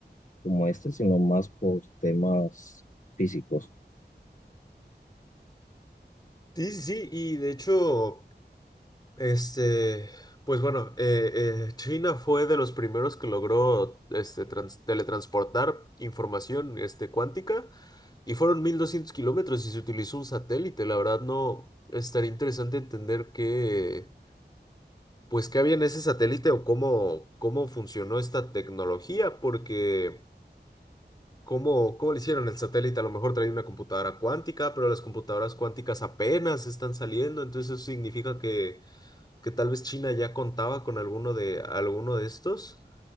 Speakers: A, on the left (about 45°); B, on the left (about 20°).
A: como este, sino más por temas físicos.
B: Sí, sí, sí, y de hecho... Este, pues bueno, eh, eh, China fue de los primeros que logró este, trans- teletransportar información este, cuántica y fueron 1200 kilómetros y se utilizó un satélite. La verdad no estaría interesante entender qué, pues qué había en ese satélite o cómo, cómo funcionó esta tecnología, porque cómo, cómo le hicieron el satélite. A lo mejor traía una computadora cuántica, pero las computadoras cuánticas apenas están saliendo, entonces eso significa que que tal vez China ya contaba con alguno de, alguno de estos.